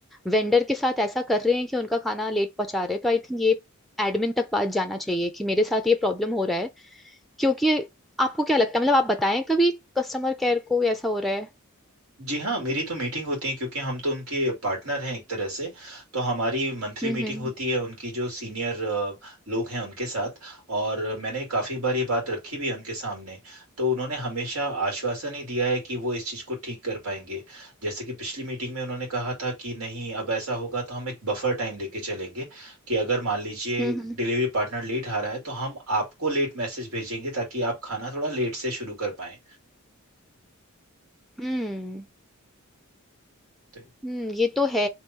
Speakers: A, in the centre; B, on the right.
A: वेंडर के साथ ऐसा कर रहे हैं कि उनका खाना लेट पहुंचा रहे हैं तो आई थिंक ये एडमिन तक बात जाना चाहिए कि मेरे साथ ये प्रॉब्लम हो रहा है क्योंकि आपको क्या लगता है मतलब आप बताएं कभी कस्टमर केयर को ऐसा हो रहा है
B: जी हाँ मेरी तो मीटिंग होती है क्योंकि हम तो उनके पार्टनर हैं एक तरह से तो हमारी मंथली
A: हम्म
B: मीटिंग
A: हम्म
B: होती है उनकी जो सीनियर लोग हैं उनके साथ और मैंने काफ़ी बार ये बात रखी भी है उनके सामने तो उन्होंने हमेशा आश्वासन ही दिया है कि वो इस चीज़ को ठीक कर पाएंगे जैसे कि पिछली मीटिंग में उन्होंने कहा था कि नहीं अब ऐसा होगा तो हम एक बफर टाइम लेके चलेंगे कि अगर मान लीजिए
A: हम्म हम्म
B: डिलीवरी पार्टनर लेट आ रहा है तो हम आपको लेट मैसेज भेजेंगे ताकि आप खाना थोड़ा लेट से शुरू कर पाएं
A: हम्म।
B: तो
A: हम्म ये तो है